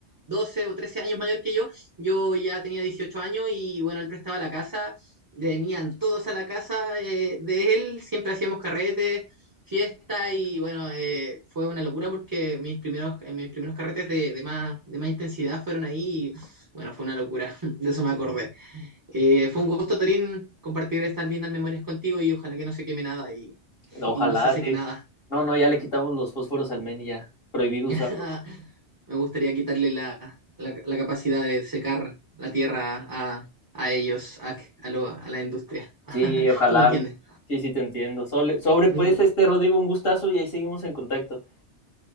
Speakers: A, on the right; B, on the left.
A: 12 o 13 años mayor que yo. Yo ya tenía 18 años y bueno, él prestaba la casa, venían todos a la casa eh, de él, siempre hacíamos carretes, fiesta y bueno, eh, fue una locura porque mis primeros, eh, mis primeros carretes de, de más, de más intensidad fueron ahí y bueno, fue una locura, <laughs> de eso me acordé. Eh, fue un gusto, Torín, compartir estas lindas memorias contigo y ojalá que no se queme nada y,
B: Ojalá,
A: y no se seque
B: sí.
A: nada.
B: No, no, ya le quitamos los fósforos al Manny ya, prohibido
A: <laughs>
B: usarlos.
A: Me gustaría quitarle la, la- la capacidad de secar la tierra a, a ellos, a, a lo- a la industria. <laughs>
B: Sí, ojalá.
A: ¿Tú me entiendes?
B: Sí, sí, te entiendo. Sobre, sobre pues,
A: Un-
B: este Rodrigo, un gustazo y ahí seguimos en contacto.